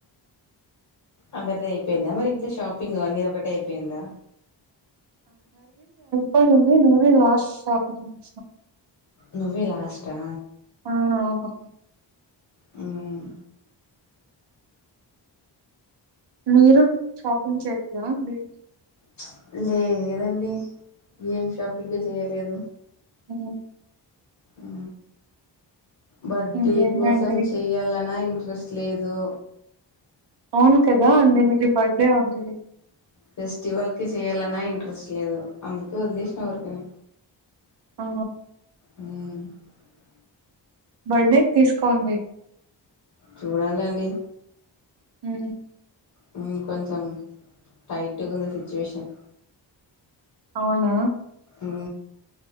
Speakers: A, on the left; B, on the right.
A: అందరిది అయిపోయిందా మరి ఇంట్లో షాపింగ్ ఆ నీదొకటే అయిపోయిందా.
B: పోయి ఉంది ను దే లాస్ట్ షాపింగ్ <inaudible>
A: నువ్వే లాస్టా!
B: ఆ అవును.
A: హ్మ్
B: మీరు షాపింగ్ చెల్లిగా ఉంది.
A: చ్ లేదండి ఏమ్ షాపింగే చేయలేదు.
B: ఉ
A: ఆ బర్డే
B: ఇంకేంటండి
A: కోసం చెయ్యాలనా ఇ డ్రస్ లేదు.
B: అవును కదా అండి మీది బర్త్డే ఉంది.
A: ఫెస్టివల్ కి చేయాలన్నా ఇంట్రెస్ట్ లేదు. అందుకే వదిలేసిన ఊరికనే.
B: ఆ
A: హ్
B: బర్త్డేకి తీసుకోండి.
A: చూడాలండి.
B: హు
A: హ్ కొంచెం టైట్గుంది సిచ్యువేషన్.
B: అవునా.
A: హు